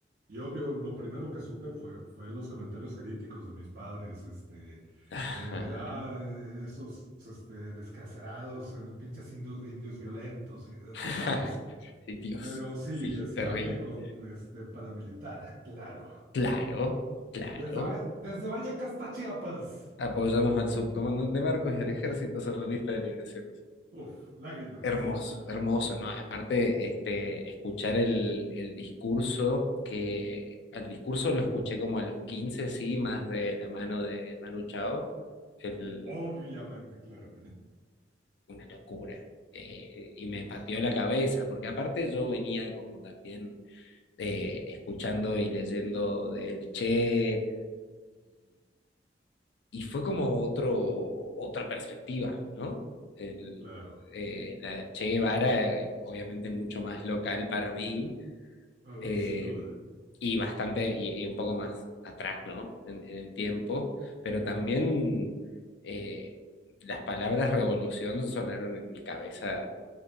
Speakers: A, on the right; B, on the left.
A: Y obvio, lo primero que supe fue, fue los comentarios críticos de mis padres, este,
B: Ajá.
A: de, ah, eh, esos, este, descacerados, eh, pinches indio- indios violentos, y, eh,
B: <laughs>
A: tú sabes.
B: Ay, Dios,
A: Pero sí,
B: sí,
A: escape
B: terrible.
A: con, este, paramilitar, claro.
B: Claro, claro.
A: Desde, Va- desde Vallecas hasta Chiapas.
B: Apoyamos al subcomandante Marcos y al Ejército Zapatista de Liberación.
A: Uf, lágrima,
B: Hermoso,
A: sí, viva.
B: hermoso, ¿no? Aparte,
A: Sí.
B: este, escuchar el, el discurso, que al discurso lo escuché como a los 15 sí, más de la mano de Manu Chao, el-
A: Obviamente, claro,
B: una locura. Eh, y me partió la cabeza, porque aparte yo venía como también eh, escuchando y leyendo del Che y fue como otro, otra perspectiva, ¿no? El,
A: claro,
B: eh, la de Che Guevara, eh, obviamente mucho más local para mí,
A: Oh,
B: eh,
A: sin duda.
B: y bastante, y, y un poco más atrás, ¿no? En, en el tiempo, pero también eh, las palabras revolución sonaron en mi cabeza